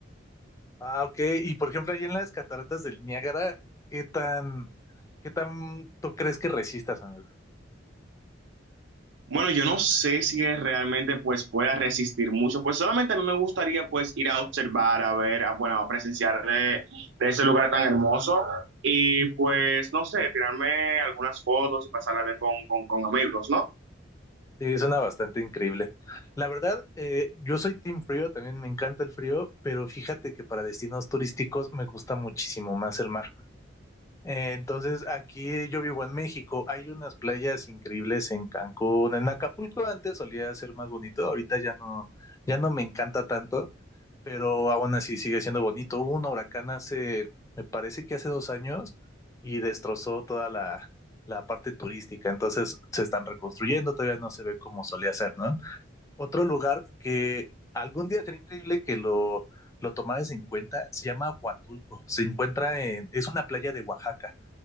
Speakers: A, on the left (about 15°); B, on the right (about 70°).
A: Ah, ok. Y por ejemplo, ahí en las cataratas del Niágara, ¿qué tan, qué tan tú crees que resistas, amigo?
B: Bueno, yo no sé si es realmente pues pueda resistir mucho, pues solamente a mí me gustaría pues ir a observar, a ver, a, bueno, a presenciar de, de ese lugar tan hermoso y pues no sé, tirarme algunas fotos y pasarla bien con, con, con amigos, ¿no?
A: Sí, suena bastante increíble. La verdad, eh, yo soy team frío, también me encanta el frío, pero fíjate que para destinos turísticos me gusta muchísimo más el mar. Eh, entonces, aquí yo vivo en México, hay unas playas increíbles en Cancún, en Acapulco antes solía ser más bonito, ahorita ya no, ya no me encanta tanto, pero aún así sigue siendo bonito. Hubo un huracán hace, me parece que hace dos años y destrozó toda la, la parte turística, entonces se están reconstruyendo, todavía no se ve como solía ser, ¿no? Otro lugar que algún día sería increíble que lo, lo tomaras en cuenta, se llama Huatulco, se encuentra en, es una playa de Oaxaca